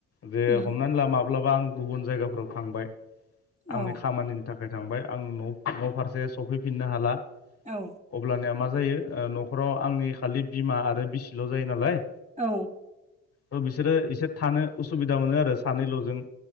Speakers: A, on the left (about 50°); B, on the right (about 25°).
A: जे
B: उम
A: हमनानै लामा अब्लाबा आं गुबुन जायगाफोराव थांबाय
B: औ
A: आंनि खामानिनि थाखाय थांबाय आं न न' फारसे सफैफिननो हाला।
B: औ
A: अब्लानिया मा जायो न'खराव आंनि खालि बिमा आरो बिसिल' जायो नालाय
B: औ
A: थ' बिसोरो एसे थानो उसुबिदा मोनो आरो सानैल'जों।